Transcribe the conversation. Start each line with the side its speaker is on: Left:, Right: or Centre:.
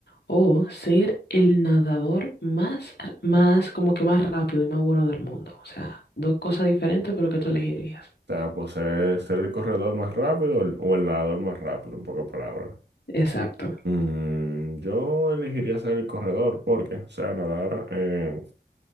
Left: o ser el nadador más, r- más, como que más rápido y más bueno del mundo. O sea, dos cosas diferentes, pero que tú elegirías.
Right: O sea, pues eh, ser el corredor más rápido o el, o el nadador más rápido, en pocas palabras.
Left: Exacto.
Right: Mm, yo elegiría ser el corredor porque, o sea, nadar, eh,